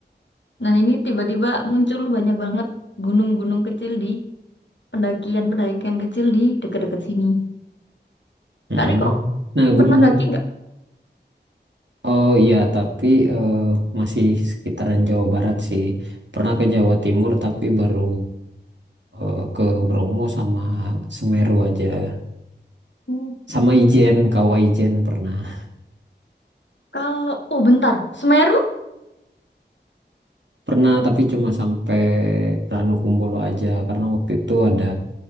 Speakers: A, on the left; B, on the right.
A: Nah ini tiba-tiba muncul banyak banget gunung-gunung kecil di pendakian-pendakian kecil di dekat-dekat sini.
B: Mm-mm.
A: Kak Riko
B: Nah,
A: pernah
B: gunung
A: daki nggak?
B: Oh iya, tapi eh, masih sekitaran Jawa Barat sih. Pernah ke Jawa Timur tapi baru eh, ke Bromo sama Semeru aja.
A: Hmm.
B: Sama Ijen, Kawah Ijen pernah.
A: Kalau, oh bentar, Semeru?
B: Pernah tapi cuma sampai Ranukumbolo aja karena waktu itu ada